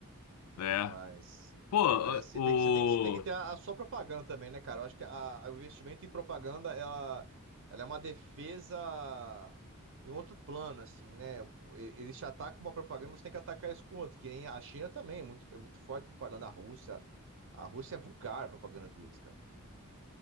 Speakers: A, on the left (about 80°); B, on the right (about 60°).
A: É.
B: Mas,
A: Pô,
B: mas assim,
A: o
B: tem que, você tem que, você tem que ter
A: o-
B: a, a sua propaganda também, né, cara? Eu acho que a, a- o investimento em propaganda, ela, ela é uma defesa em outro plano, assim, né? E- Eles te atacam com uma propaganda, você tem que atacar isso com outra, que nem a China também, é muito, é muito forte a propaganda russa. A Rússia é vulgar a propaganda deles, cara.